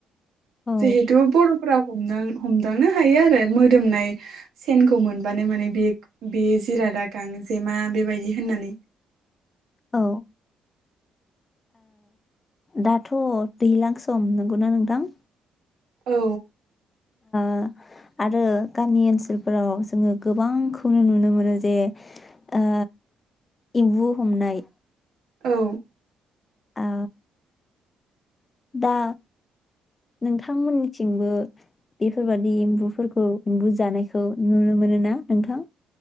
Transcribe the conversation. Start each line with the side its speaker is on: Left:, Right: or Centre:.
Left: औ
Right: जिहेतु बर' फोराव हमां हमदांनो हायो आरो मोदोमनाय सेनखौ मोनबानो माने बे बे जिरादागां जेमा बेबायदि होननानै
Left: औ दाथ दैज्लां सम नंगौना नोंथां
Right: औ।
Left: ओ आरो गामि ओनसोलफोराव जोङो गोबांखौनो नुनो मोनो जे ओ एम्बु हमनाय।
Right: औ।
Left: ओ दा नोंथांमोननिथिंबो बेफोरबादि एम्बुफोरखौ एम्बु जानायखौ नुनो मोनो ना नोंथां?